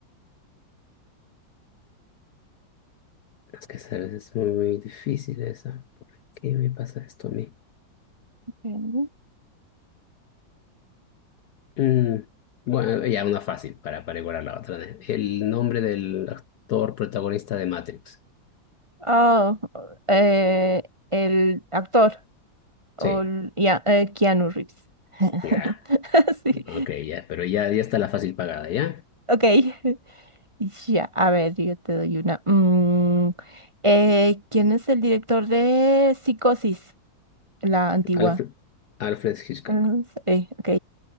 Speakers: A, on the left; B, on the right.
A: Es que sabes, es muy difícil esa. ¿Por qué me pasa esto a mí?
B: ok.
A: Mm, bueno, ya una fácil para, para igualar la otra. ¿eh? El nombre del actor protagonista de Matrix.
B: Ah, eh, el actor. O
A: Sí,
B: l- y a- eh, Keanu Reeves. <laughs>
A: ya,
B: Sí.
A: ok, ya, pero ya, ya está la fácil pagada, ¿ya?
B: Ok. <laughs> Ya, a ver, yo te doy una. Mm, eh, ¿quién es el director de Psicosis? La antigua.
A: Alfred, Alfred Hitchcock.
B: Mm, sí, ok.